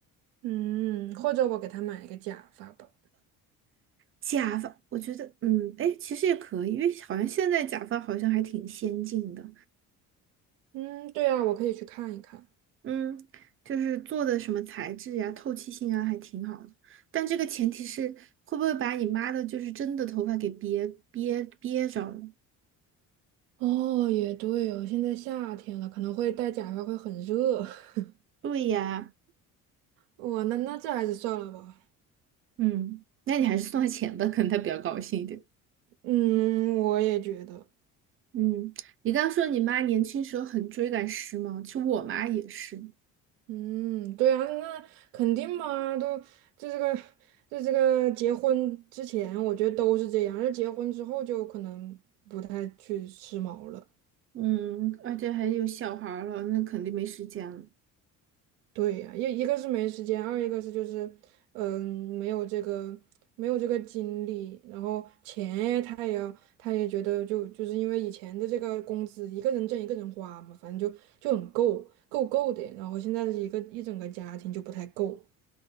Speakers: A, on the right (about 85°); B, on the right (about 35°).
A: 嗯，或者我给他买一个假发吧。
B: 假发，我觉得，嗯，哎，其实也可以，因为好像现在假发好像还挺先进的，
A: 嗯，对啊，我可以去看一看。
B: 嗯，就是做的什么材质呀、透气性啊，还挺好的。但这个前提是会不会把你妈的，就是真的头发给憋憋憋着了？
A: 哦，也对哦，现在夏天了，可能会戴假发会很热。<laughs>
B: 对呀。
A: 我那那这还是算了吧。
B: 嗯，那你还是送他钱吧，可能他比较高兴一点。
A: 嗯，我也觉得。
B: 嗯，你刚刚说你妈年轻时候很追赶时髦，其实我妈也是。
A: 嗯，对啊，那肯定嘛，都这这个这这个结婚之前，我觉得都是这样，而结婚之后就可能不太去时髦了。
B: 嗯，而且还有小孩儿了，那肯定没时间了。
A: 对呀，一一个是没时间，二一个是就是，嗯，没有这个没有这个精力，然后钱他也要，他也觉得就就是因为以前的这个工资一个人挣一个人花嘛，反正就就很够够够的，然后现在的一个一整个家庭就不太够，